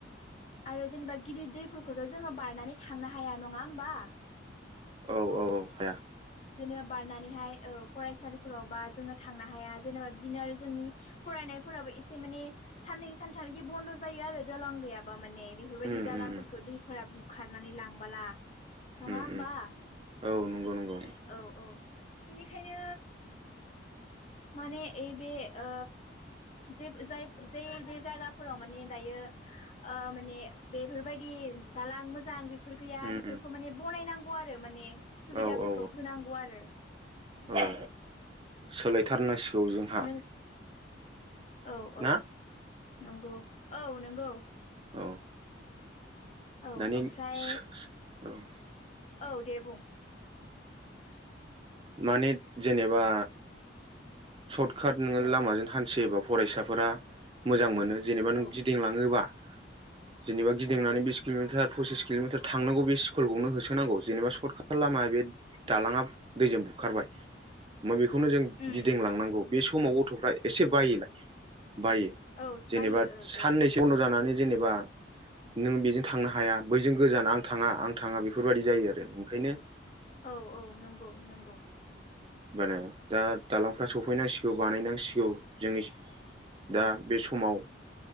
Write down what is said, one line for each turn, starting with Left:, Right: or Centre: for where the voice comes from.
Left: आरो जेनेबा गिदिर दैफोरखौथ' जोङो बारनानै थांनो हाया नङा होमबा
Right: औ औ औ हाया
Left: बिदिनो बारनानैहाय औ फरायसालिफोरावबा जोङो थांनो हाया जेनेबा बिदिनो आरो जोंनि फरायनायफोराबो एसे माने साननै सानथाम बिदि बन्द जायो आरो दलां गैयाब बा माने बेफोरबायदि
Right: उम
Left: दालांफोरखौ
Right: उम
Left: दैफोरा बुखारनानै लांबोला नङा
Right: उम
Left: होमबा
Right: उम औ नोंगौ नोंगौ
Left: औ औ बिनिखायनो माने ओइबे ओ जेब जाइफ जे जे जायगाफोराव माने दायो ओ माने बेफोरबायदि दालां मोजां बेफोर गैया
Right: उम
Left: बेफोरखौ
Right: उम
Left: माने बनायनां आरो माने <inaudible> सुबिदाफोरखौ
Right: औ औ
Left: होनांगौ आरो
Right: औ सोलायथार नांसिगौ जोंहा
Left: नों औ औ
Right: ना
Left: नंगौ औ नोंगौ
Right: अ
Left: औ
Right: दानि
Left: ओमफ्राय
Right: सो सो औ
Left: औ दे बुं
Right: माने जेनेबा सर्ट कात नोङो
Left: ओ
Right: लामाजों हानथियोबा फरायसाफोरा मोजां मोनो जेनेबा
Left: औ
Right: नों गिदिंलाङोबा जेनेबा गिदिंनानै
Left: औ
Right: बिस किल'मिटार पसिस किल'मिटार थांनांगौ बे स्कुलखौनो होसोनांगौ जेनेबा सर्टकाट लामाया बे दालाङा दैजों बुखारबाय ओमबाय बे खौनो जों
Left: उम
Right: गि दिंलांनांगौ
Left: उम उम
Right: बे समाव गथ'फ्रा एसे बायो। बायो
Left: औ
Right: जेनेबा
Left: बायो ओ
Right: साननैसो
Left: ओ
Right: बन्द' जानानै जेनेबा, नों बेजों थांनो हाया बैजों गोजान आं थाङा आं थाङा बेफोरबायदि जायो आरो ओंखायनो
Left: औ औ नंगौ नंगौ
Right: माने दा दालांफ्रा सफैनांसिगौ बानायनांसिगौ जोंनि, दा बे समाव